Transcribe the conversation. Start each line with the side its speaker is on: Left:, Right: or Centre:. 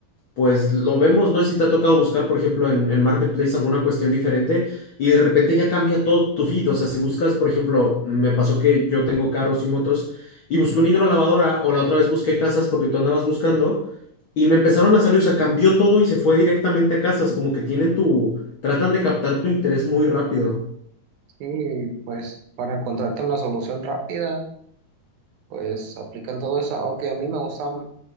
Left: pues lo vemos, no sé si te ha tocado buscar, por ejemplo, en, en Marketplace alguna cuestión diferente y de repente ya cambia todo tu feed. O sea, si buscas, por ejemplo, me pasó que yo tengo carros y motos y busqué una hidrolavadora o la otra vez busqué casas porque tú andabas buscando y me empezaron a salir, o sea, cambió todo y se fue directamente a casas, como que tienen tu, tratan de captar tu interés muy rápido.
Right: sí pues para encontrarte una solución rápida, pues aplican todo eso, aunque a mí me gusta m-